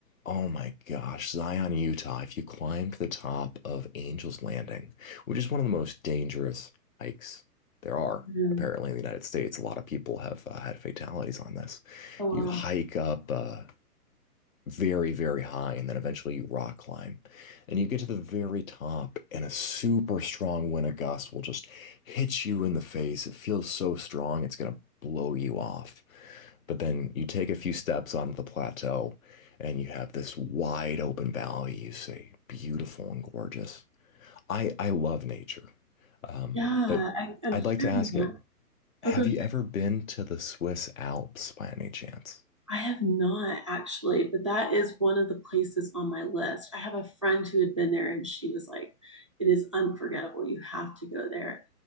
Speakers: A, on the left; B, on the right.
A: oh my gosh, Zion, Utah, if you climb to the top of Angel's Landing, which is one of the most dangerous hikes there are,
B: Mm.
A: apparently, in the United States, a lot of people have uh, had fatalities on this.
B: Oh, wow.
A: You hike up uh, very, very high, and then eventually you rock climb. And you get to the very top, and a super strong wind of gust will just hit you in the face. It feels so strong, it's gonna blow you off. But then you take a few steps onto the plateau, and you have this wide open valley you see, beautiful and gorgeous. I, I love nature. Um,
B: Yeah,
A: but
B: I, I'm
A: I'd
B: hearing
A: like to ask
B: that.
A: it, have
B: Oh, good.
A: you ever been to the Swiss Alps by any chance?
B: I have not actually, but that is one of the places on my list. I have a friend who had been there and she was like, it is unforgettable. You have to go there.